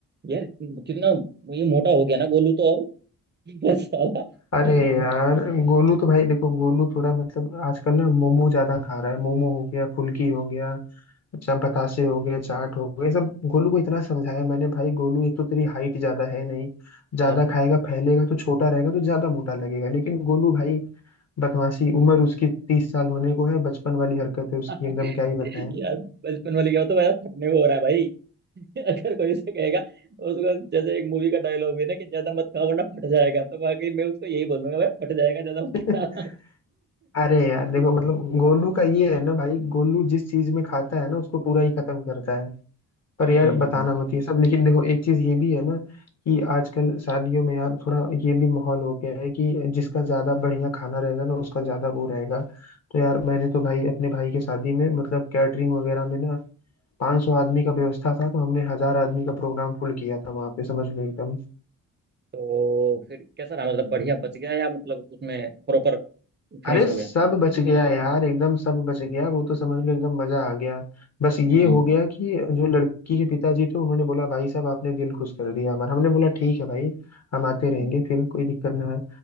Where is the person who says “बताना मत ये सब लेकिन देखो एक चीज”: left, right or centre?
Left